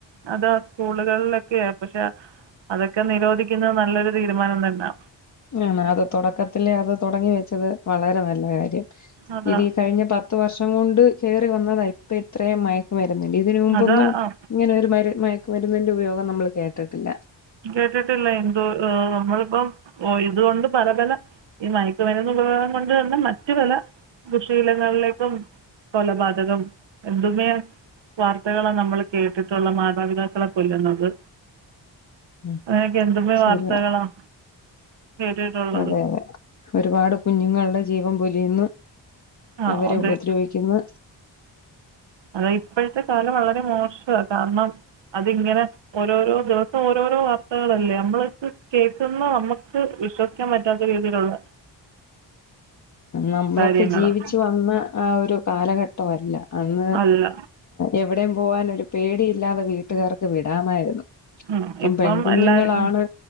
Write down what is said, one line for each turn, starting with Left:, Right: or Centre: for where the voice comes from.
Right: അതാ സ്കൂളുകളിലൊക്കെയ പക്ഷെ അതൊക്കെ നിരോധിക്കുന്നത് നല്ലൊരു തീരുമാനം തന്നാ.
Left: ആണ് അത് തുടക്കത്തിലേ അത് തുടങ്ങി വെച്ചത് വളരെ നല്ല കാര്യം.
Right: അതാ
Left: ഇത് കഴിഞ്ഞ പത്ത് വർഷം കൊണ്ട് കേറി വന്നതാ ഇപ്പ ഇത്രയും മയക്കുമരു <unintelligible> ഇതിന് മുമ്പൊന്നും
Right: അത് ആ
Left: ഇങ്ങനെ ഒരു മരു മയക്കുമരുന്നിന്റെ ഉപയോഗം നമ്മൾ കേട്ടട്ടില്ല.
Right: കേട്ടിട്ടില്ല എന്തോ ഓ നമ്മളിപ്പം ഇതുകൊണ്ട് പല പല ഈ മയക്കുമരുന്ന് ഉപയോഗം കൊണ്ട് തന്നെ മറ്റു പല ദുശീലങ്ങളിലേക്കും കൊലപാതകം എന്തുമയാ വാർത്തകളാണ് നമ്മൾ കേട്ടിട്ടുള്ള മാതാപിതാക്കളെ കൊല്ലുന്നത്
Left: അ
Right: അങ്ങനെയൊക്കെ എന്തുമേ
Left: ശരിയാ
Right: വാർത്തകളാണ് കേട്ടിട്ടുള്ളത്
Left: അതെ അതെ ഒരുപാട് കുഞ്ഞുങ്ങളുടെ ജീവൻ പൊലിയുന്നു.
Right: ആ
Left: അവരെ
Right: അതെ
Left: ഉപദ്രവിക്കുന്ന്
Right: അതാ ഇപ്പോഴത്തെ കാലം വളരെ മോശ വാ കാരണം അതിങ്ങനെ ഓരോരോ ദിവസം ഓരോ ഓരോ വാർത്തകളല്ലേ നമ്മള കേൾക്കുന്ന നമ്മുക്ക് വിശ്വസിക്കാൻ പറ്റാത്ത രീതിയിലുള്ള
Left: നമ്മളൊക്കെ
Right: കാര്യങ്ങളാണ്
Left: ജീവിച്ചു വന്ന ആ ഒരു കാലഘട്ടവല്ല അന്ന്
Right: അല്ല
Left: എവിടെയും പോകാൻ ഒരു പേടിയില്ലാതെ വീട്ടുകാർക്ക് വിടാമായിരുന്നു.
Right: ഉം
Left: ഇപ്പം പെൺകുഞ്ഞുങ്ങളാണ്
Right: എല്ലാവരും ഉം